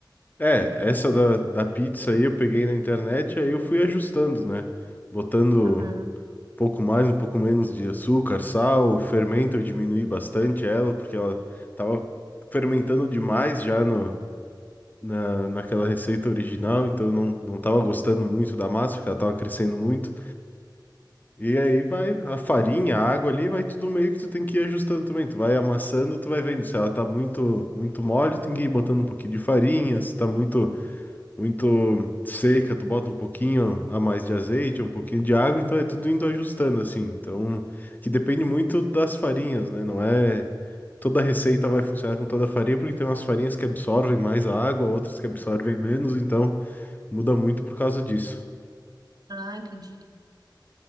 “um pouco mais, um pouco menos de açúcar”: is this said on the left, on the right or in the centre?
Left